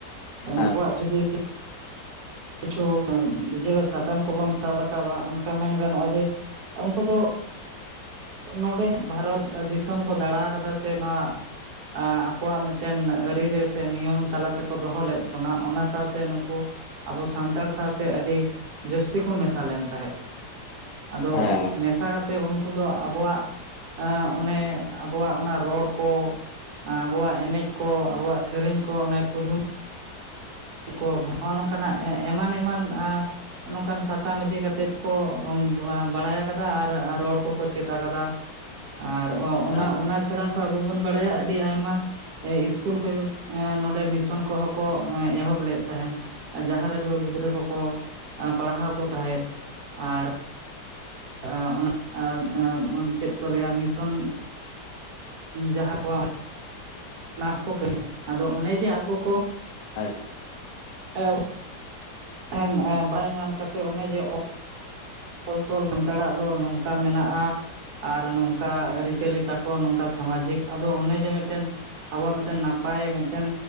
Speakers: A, on the left (about 75°); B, on the right (about 65°).
A: ᱦᱮᱸ
B: ᱩᱱᱠᱩᱣᱟᱜ ᱡᱩᱫᱤ ᱠᱤᱼᱼ ᱠᱤᱪᱷᱩ ᱱᱤᱡᱮᱨ ᱥᱟᱛᱟᱢ ᱠᱚᱵᱚᱱ ᱥᱟᱵ ᱨᱟᱠᱟᱵᱟ ᱚᱱᱠᱟ ᱢᱮᱱ ᱜᱟᱱᱚᱜ ᱟ ᱡᱮᱼᱼ ᱩᱱᱠᱩ ᱫᱚᱼᱼ ᱱᱚᱰᱮ ᱵᱷᱟᱨᱚᱛ ᱫᱤᱥᱚᱢ ᱠᱚ ᱫᱟᱬᱟ ᱠᱟᱫᱟ ᱥᱮ ᱱᱚᱣᱟ᱾ ᱟᱠᱚᱣᱟᱜ ᱢᱤᱫᱴᱮᱱ ᱟᱹᱨᱤ ᱨᱮ ᱥᱮ ᱱᱤᱭᱚᱢ ᱛᱟᱞᱟ ᱛᱮᱠᱚ ᱫᱚᱦᱚ ᱞᱮᱫ ᱵᱚᱱᱟ ᱚᱱᱟ ᱥᱟᱶᱛᱮ ᱱᱩᱠᱩᱼᱼ ᱟᱵᱚ ᱥᱟᱱᱛᱟᱲ ᱥᱟᱶᱛᱮ ᱟᱹᱰᱤ ᱡᱟᱹᱥᱛᱤ ᱠᱚ ᱢᱮᱥᱟ ᱞᱮᱱ ᱛᱟᱦᱮᱸ ᱟᱫᱚ,
A: ᱦᱮᱸ ᱦᱮᱸ ᱦᱮᱸ
B: ᱢᱮᱥᱟ ᱠᱟᱛᱮ ᱛᱮ ᱩᱱᱠᱩ ᱫᱚ, ᱟᱵᱚᱣᱟᱜ, ᱚᱱᱮ ᱟᱵᱚᱣᱟᱜ, ᱚᱱᱟ ᱨᱚᱲ ᱠᱚ, ᱟᱵᱚᱣᱟᱜ ᱮᱱᱮᱡ ᱠᱚ, ᱟᱵᱚᱣᱟᱜ ᱥᱮᱨᱮᱧ ᱠᱚ, ᱚᱱᱮ ᱠᱩᱫᱩᱢ ᱠᱚ, ᱱᱚᱜᱼ ᱱᱚᱝᱠᱟᱱᱟᱜ, ᱮᱢᱟᱱ ᱮᱢᱟᱱ ᱱᱚᱝᱠᱟᱱ ᱥᱟᱛᱟᱢ, ᱤᱫᱤ ᱠᱟᱛᱮᱫ ᱠᱚ, ᱵᱟᱲᱟᱭ ᱟᱠᱟᱫᱟ, ᱟᱨ ᱨᱚᱲ ᱠᱚᱠᱚ, ᱪᱮᱫ ᱟᱠᱟᱫᱟ ᱾ ᱟᱨ ᱚᱱᱟ,
A: ᱦᱮᱸ
B: ᱚᱱᱟ ᱪᱷᱟᱲᱟ ᱦᱚᱸ, ᱟᱵᱚ ᱵᱚᱱ ᱵᱟᱲᱟᱭᱟ, ᱟᱹᱰᱤ ᱟᱭᱢᱟ ᱤᱥᱠᱩᱞ ᱠᱚᱡᱚ, ᱟᱸᱻ ᱱᱚᱸᱰᱮ ᱢᱤᱥᱚᱱ ᱠᱚᱦᱚᱸ ᱠᱚ, ᱮᱦᱚᱵ ᱞᱮᱫ ᱛᱟᱦᱮᱸᱱ, ᱡᱟᱦᱟᱸ ᱨᱮᱫᱚ, ᱜᱤᱫᱽᱨᱟᱹ ᱠᱚᱠᱚ, ᱯᱟᱲᱦᱟᱣ ᱠᱚ ᱛᱟᱦᱮᱸᱫ, ᱟᱨ ᱟᱸᱻᱚᱱᱟ, ᱟᱸᱼᱟᱸ ᱪᱮᱫ ᱠᱚ, ᱞᱟᱹᱭᱟ ᱢᱤᱥᱚᱱ ᱡᱟᱦᱟᱸ ᱠᱚᱣᱟᱜ ᱚᱱᱟ ᱠᱚ, ᱠᱟᱹᱞᱤ <unintelligible> ᱟᱫᱚ, ᱚᱱᱮ ᱡᱮ ᱟᱠᱚ ᱠᱚ
A: ᱟᱡ
B: ᱮᱻᱭᱚᱵ, ᱟᱦ ᱟᱝ ᱵᱟᱭ ᱧᱟᱢ ᱠᱟᱛᱮ, ᱚᱱᱮ ᱡᱮ, ᱚᱻ ᱚᱞ ᱛᱚᱞ ᱥᱟᱱᱛᱟᱲᱟᱜ ᱫᱚ, ᱱᱚᱝᱠᱟ ᱢᱮᱱᱟᱜᱼᱟ ᱾ ᱟᱨ ᱱᱚᱝᱠᱟ, ᱟᱹᱨᱤ ᱪᱟᱹᱞᱤ ᱛᱟᱠᱚ, ᱱᱚᱝᱠᱟ ᱥᱟᱢᱟᱡᱤᱠ, ᱟᱫᱚ ᱚᱱᱮ ᱡᱮ, ᱢᱤᱫᱴᱮᱱ ᱟᱵᱚᱣᱟᱜ, ᱢᱤᱫᱴᱮᱱ ᱱᱟᱯᱟᱭ, ᱢᱤᱫᱴᱮᱱ